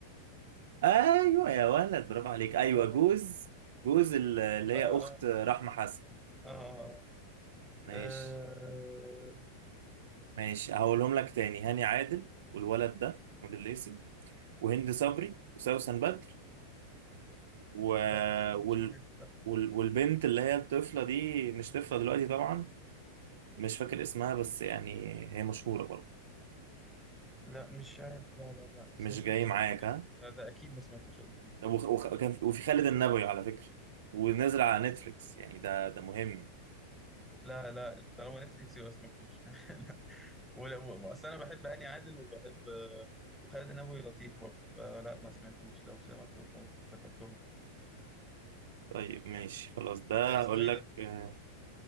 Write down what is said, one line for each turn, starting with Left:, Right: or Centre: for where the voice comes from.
Right: ايوه يا ولد برافو عليك ايوه
Centre: آه
Right: جوز جوز ال- اللي
Centre: آه
Right: هي
Centre: آه
Right: اخت رحمه حسن
Centre: آه آه.
Right: ماشي
Centre: آه،
Right: ماشي هقولهم لك تاني هاني عادل والولد ده موديل ليسي وهند صبري وسوسن بدر و...
Centre: لا مش
Right: وال...
Centre: مش عارف
Right: وال... والبنت اللي هي الطفله دي مش طفله دلوقتي طبعا مش فاكر اسمها بس يعني هي مشهوره برضه
Centre: لا مش عارف لا لا لا ما سمعتوش
Right: مش جاي معاك
Centre: قبل كده
Right: ها
Centre: لا ده اكيد ما سمعتوش قبل كده
Right: وخ- وخ- وكان في- وفي خالد النبوي على فكرة ونزل على نتفليكس يعني ده ده مهم
Centre: لا لا طالما نتفليكس يبقى ما سمعتوش <laughs> لا ولا و- اصل انا بحب هاني عادل وبحب آه، وخالد النبوي لطيف برضه فلا ما سمعتوش لو سمعته كنت افتكرتهم
Right: طيب ماشي خلاص ده
Centre: لا اسمه
Right: اقول
Centre: ايه
Right: لك
Centre: ده؟
Right: آه،